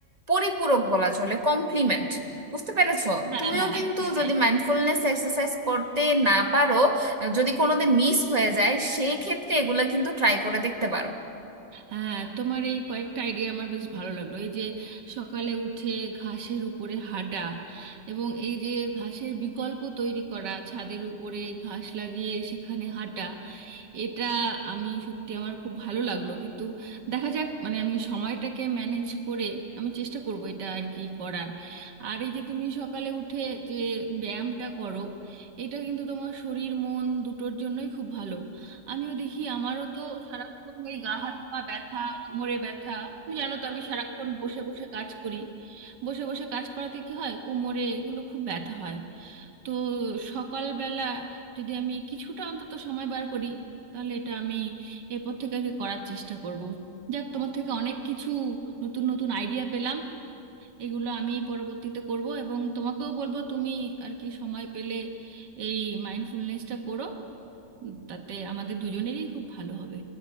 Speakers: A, on the right; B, on the right.
A: পরিপূরক বলা চলে কমপ্লিমেন্ট বুঝতে পেরেছো
B: হ্যাঁ
A: তুমিও
B: হ্যাঁ
A: কিন্তু
B: একদমই তাই।
A: যদি মাইন্ডফুলনেস এক্সারসাইজ করতে না পারো যদি কোনোদিন মিস হয়ে যায় সেই ক্ষেত্রে এগুলা কিন্তু ট্রাই করে দেখতে পারো
B: হ্যাঁ তোমার এই কয়েকটা আইডিয়া আমার বেশ ভালো লাগলো এই যে সকালে উঠে ঘাসের উপরে হাঁটা এবং এই যে ঘাসের বিকল্প তৈরি করা ছাদের উপরে ঘাস লাগিয়ে সেখানে হাঁটা এটা আমি সত্যি আমার খুব ভালো লাগলো কিন্তু দেখা যাক মানে আমি সময়টাকে ম্যানেজ করে আমি চেষ্টা করব এটা আর কি করার আর এই যে তুমি সকালে উঠে যে ব্যায়ামটা করো এটা কিন্তু তোমার শরীর মন দুটোর জন্যই খুব ভালো আমিও দেখি আমারও তো সারাক্ষণ এই গা হাত পা ব্যথা কোমরে ব্যথা তুমি জানো তো আমি সারাক্ষণ বসে বসে কাজ করি বসে বসে কাজ করাতে কি হয় কোমরে এগুলো খুব ব্যথা হয় তো সকালবেলা যদি আমি কিছুটা অন্তত সময় বার করি তাহলে এটা আমি এরপর থেকে আর কি করার চেষ্টা করব যাক তোমার থেকে অনেক কিছু নতুন নতুন আইডিয়া পেলাম এগুলো আমি পরবর্তীতে করব এবং তোমাকেও বলবো তুমি আর কি সময় পেলে এই মাইন্ডফুলনেসটা করো উম, তাতে আমাদের দুজনেরই খুব ভালো হবে